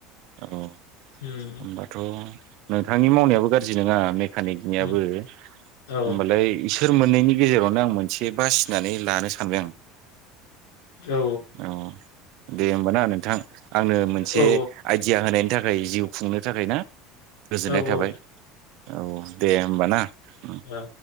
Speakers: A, on the right (about 65°); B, on the left (about 80°).
A: औ होमबाथ'
B: उम
A: नोंथांनि मावनायाबो गाज्रि नोङा मेकानिकनियाबो
B: उम औ
A: होमबालाय इसोर मोननैनि गेजेरावनो आं मोनसे बासिनानै लानो सानबाय आं।
B: औ
A: औ दे होमबाना नोंथां आंनो मोनसे
B: औ
A: आइडिया होनायनि थाखाय जिउ खुंनो जागायना। गोजोननाय
B: औ
A: थाबाय
B: औ
A: औ दे होमबाना उम।
B: ओ